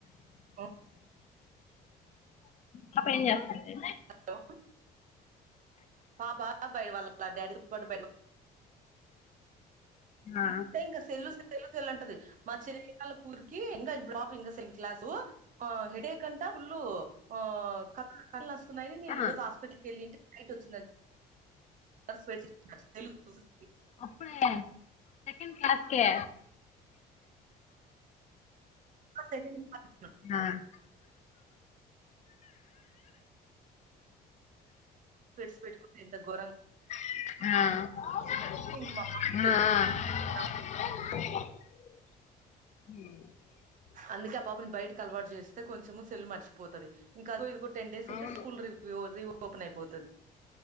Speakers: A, on the right (about 50°); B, on the left (about 45°).
A: ఒ
B: పాప ఏం జేస్తుంది
A: హలో పాపా బయ్ వాళ్ళ డాడీతొ <inaudible> ఓ
B: ఆ
A: <inaudible> ఇంగ సెల్లు సె తెల్లు తెల్ అంటది మా చిన్నళ్ళ కూరికి ఇంగ <unintelligible> ఇ సన్ క్లాసు ఆ హెడే ఫుల్లు ఆ కళ్ కళ్ళు అస్సున్నాయని
B: ఆ
A: ఈ రోజ్ హస్పిటల్కి ఎళ్ళింటి నైట్ ఒచ్ <unintelligible> <inaudible>
B: అప్పుడే సెకండ్ క్లాస్కే
A: సే <unintelligible>
B: ఆహ్
A: ట్ ఎంత గర <unintelligible>
B: ఆ
A: ఇంక మా పాప
B: ఆ
A: సెల్లు కొంచెం తగ్గిద్దాం
B: హ
A: అందుకే ఆ పాపని బయటకి అలవాటు చేస్తే కొంచెం సెల్ మర్చిపోతుది ఇంకా ఇది టెన్ డేస్
B: అవును
A: ఉంటే స్కూల్ివూ రీ ఓపెన్ అయిపోతుది